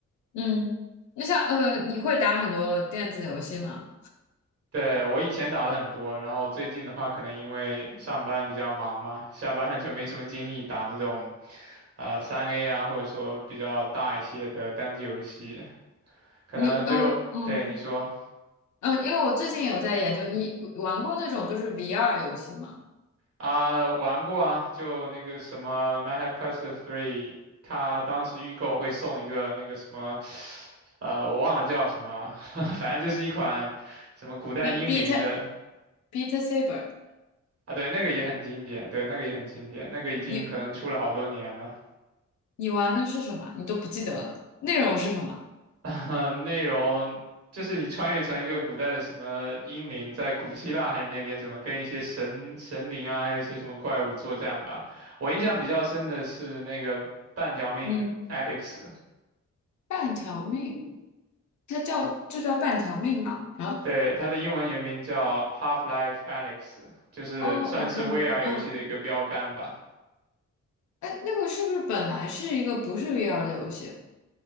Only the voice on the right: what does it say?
对，我以前打的很多，然后最近的话，可能因为上班比较忙嘛，下班了就没什么精力打那种呃三 A 啊，或者说比较大一些的单机游戏，可能就，
对，你说。
啊，玩过啊，就那个什么《Meta Quest e 它当时预购会送一个那个什么，呃，我忘了叫什么啊，<laughs> 反正就是一款什么古代英灵的
啊，对，那个也很经典，对，那个也很经典，那个已经可能出了好多年了。
<laughs> 内容就是你穿越成一个古代的什么英灵，在古希腊还是那边什么，跟一些神神灵啊，还有一些什么怪物作战吧。我印象比较深的是那个半条命
Alex。
对，它的英文原名叫 Half-Life a l e x 就是算是
VR
游戏的一个标杆吧。